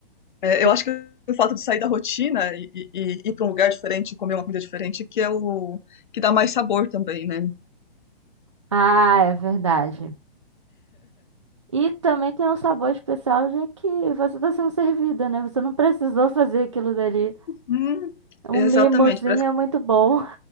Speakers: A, on the left; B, on the right.
A: É,
B: E-
A: eu acho que o fato de sair da rotina e, e- e ir para um lugar diferente, comer uma comida diferente, que é o que dá mais sabor também, né?
B: Ah, é verdade. E também tem um sabor especial, já que você está sendo servida, né? Você não precisou fazer aquilo dali.
A: Uhum.
B: Um
A: Exatamente,
B: mimozinho
A: parece,
B: é muito bom.